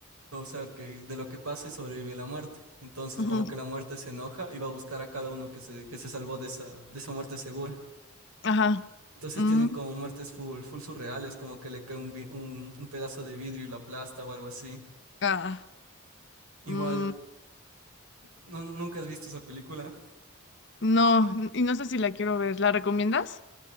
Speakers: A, on the right; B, on the left.
A: o sea, que de lo que pasa y sobrevive a la muerte. Entonces,
B: Ujú.
A: como que la muerte se enoja y va a buscar a cada uno que se, que se salvó de esa, de esa muerte segura.
B: Ajá.
A: Entonces
B: Mm,
A: tienen como muertes full, full surreales, como que le cae un, vi- un, un pedazo de vidrio y la aplasta o algo así.
B: ah,
A: Igual,
B: mm,
A: no, ¿nunca has visto esa película?
B: no, n- y no sé si la quiero ver. ¿La recomiendas?